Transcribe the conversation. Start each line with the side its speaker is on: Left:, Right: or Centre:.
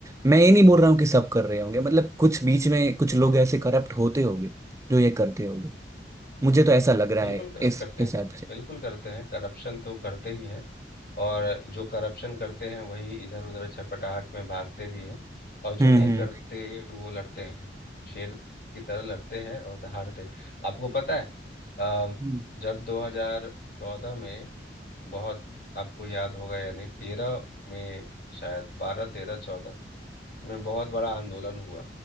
Right: मैं ये नहीं बोल रहा हूँ कि सब कर रहे होंगे मतलब कुछ बीच में कुछ लोग ऐसे करप्ट होते होंगे जो ये करते होंगे मुझे तो ऐसा लग रहा
Left: बिल्कुल
Right: है
Left: क-
Right: इस
Left: करते
Right: इस
Left: हैं
Right: ऐप से
Left: बिल्कुल करते हैं करप्शन तो करते ही है और जो करप्शन करते हैं वही इधर उधर छटपटाहट में भागते भी हैं और
Right: हम्म
Left: जो नहीं
Right: हम्म
Left: करते वो लड़ते हैं शेर की तरह लड़ते हैं और हारते आपको पता है अ,
Right: हाँ
Left: जब 2014 में बहुत आपको याद होगा या नहीं तेरह में शायद बारह तेरह चौदह में बहुत बड़ा आंदोलन हुआ